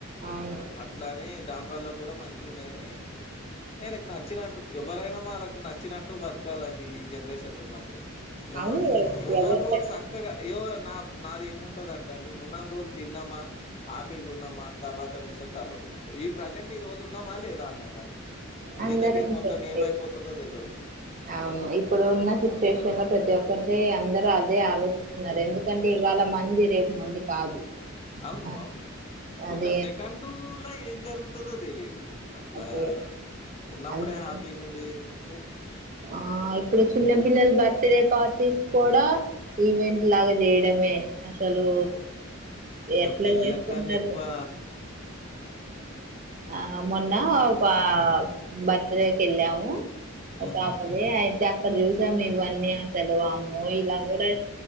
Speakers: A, on the right; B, on the left.
A: అవును
B: అట్లానే దానివల్ల కూడా మంచిగుండే గానీ నేనుకు న ఎవరైనా వాళ్ళకు నచ్చినట్టు బతకాలండి ఈ జనరేషన్ లో ఉన్న ఏమ్మా
A: అవును
B: ఉన్నన్ని
A: ఎవరి
B: రోజలు సక్కగా య్యో నా నాది ఏముంటదంటే అండి ఉన్నన్ని రోజులు తిన్నామా ఆపీగున్నామా తర్వాత విషయం తర్వాత చూసు ఈ ప్రజెంట్ ఈ రోజు ఉన్నామా లేదా అన్నట అంతే
A: అందరూ
B: జిందగీర్
A: అంతే
B: మొత్తం
A: అండి
B: ఏమైపోతాదో తెల్వ
A: అవును ఇప్పుడు ఉన్న సిచ్యువేషన్ లో ప్రతి ఒక్కరిదీ అందరూ ఆ దే ఆలోచిస్తున్నారు ఎందుకంటే ఇవాళ మంది రేపు మంది కాదు
B: అవును
A: అ
B: అవును
A: అదే
B: ఒక సెకండులో ఏం జరుగుతుందో తెలియదు అట్లా
A: అదే
B: ఉన్నప్పుడే
A: అందుకని
B: హ్యాపీగా ఉండి ఉంటే అయిపోతు
A: ఆ ఇప్పుడు చిన్నపిల్లలు బర్త్ డే పార్టీస్ కూడా ఈవెంట్ లాగా జెయ్యడమే అసలు
B: ఓ ఇక
A: ఎట్ల
B: పెళ్ళిళ్ళ
A: చేసుకున్నరో
B: కన్నా ఎక్కువ
A: ఆ మొన్న ఒక బర్త్ డే కెళ్ళాము ఆ
B: ఉహు
A: పాపదే ఐతా అక్కడ చూసాం ఇవన్నీ అసలు అమ్మో ఇలా గూడా